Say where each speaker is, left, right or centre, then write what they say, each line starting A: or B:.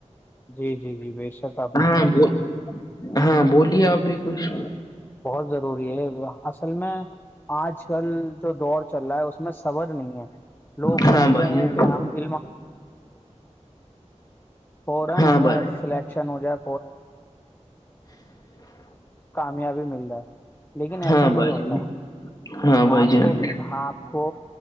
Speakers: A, on the left (about 15°); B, on the left (about 30°).
A: جی جی جی بے شک آپ نے
B: ہاں
A: سچ
B: ب
A: کہا
B: ہاں بولیے اب بھی کچھ
A: بہت ضروری ہے اصل میں آج کل جو دور چل رہا ہے اس میں صبر نہیں ہے <unintelligible> ایک
B: ہاں بھائی جان
A: ساتھ ہوا
B: ہاں بھائی
A: سلیکشن ہو جائے یابی ملتا ہے <unintelligible> لیکن ایسا
B: ہاں
A: نہیں
B: بھائی
A: ہوتا
B: جان ہاں بھائی
A: آپ
B: جان
A: کو آپ کو